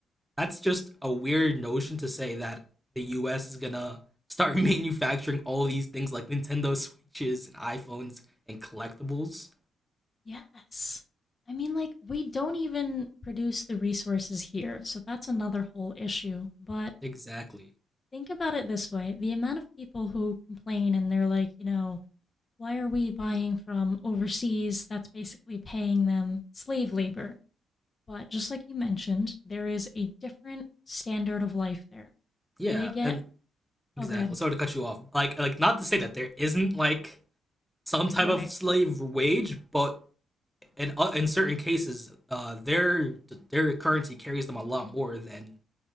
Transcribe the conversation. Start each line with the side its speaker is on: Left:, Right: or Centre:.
Centre: that's just a weird notion to say that the US is gonna start <laughs> manufacturing all these things like Nintendo Switches and iPhones and collectibles.
Left: Yes. I mean, like, we don't even produce the resources here, so that's another whole issue. But
Centre: Exactly.
Left: think about it this way the amount of people who complain and they're like, you know, why are we buying from overseas? That's basically paying them slave labor. But just like you mentioned, there is a different standard of life there.
Centre: Yeah,
Left: They get,
Centre: and exactly.
Left: oh, go ahead.
Centre: Sorry to cut you off. Like, like not to say that there isn't like some type
Left: Right.
Centre: of slave wage, but in uh, in certain cases, uh, their their currency carries them a lot more than